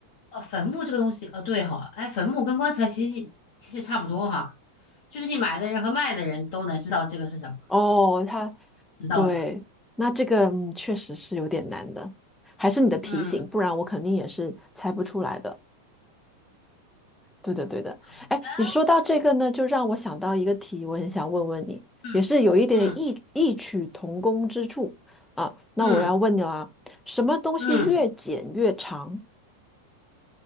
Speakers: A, on the left; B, in the centre.
A: 哦，坟墓这个东西，哦，对哈，哎，坟墓跟棺材其实其实差不多哈，就是你买的人和卖的人都能知道这个是什么，
B: 哦，他
A: 知道的吧？
B: 对，那这个嗯确实是有点难的，还是你的提醒，
A: 嗯，
B: 不然我肯定也是猜不出来的。对的，对的。
A: 好的，
B: 哎，你说到这个呢，就让我想到一个题，我很想问问你，
A: 嗯
B: 也是有一点异异曲同工之处啊。
A: 嗯
B: 那我要问你啦，
A: 嗯
B: 什么东西越剪越长？
A: 嗯，